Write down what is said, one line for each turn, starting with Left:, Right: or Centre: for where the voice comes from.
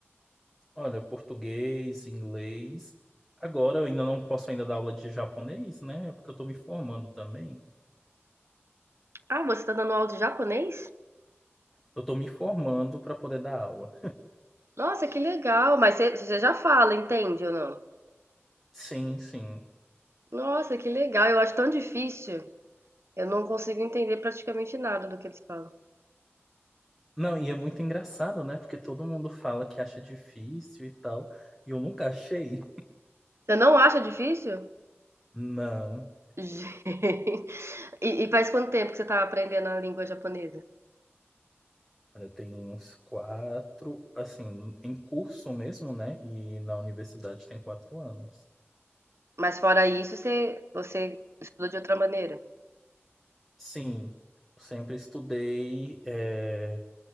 Centre: Olha, português, inglês. Agora eu ainda não posso ainda dar aula de japonês, né? Porque eu tô me formando também.
Right: Ah, você tá dando aula de japonês?
Centre: Eu tô me formando para poder dar aula.
Right: Nossa, que legal! Mas você você já fala, entende ou não?
Centre: Sim, sim.
Right: Nossa, que legal! Eu acho tão difícil. Eu não consigo entender praticamente nada do que eles falam.
Centre: Não, e é muito engraçado, né? Porque todo mundo fala que acha difícil e tal, e eu nunca achei.
Right: Você não acha difícil?
Centre: Não.
Right: Gente. <laughs> E, e faz quanto tempo que você está aprendendo a língua japonesa?
Centre: Olha, Eu tenho uns quatro, assim, em curso mesmo, né? E na universidade tem quatro anos.
Right: Mas fora isso, você, você estudou de outra maneira?
Centre: Sim, sempre estudei. é,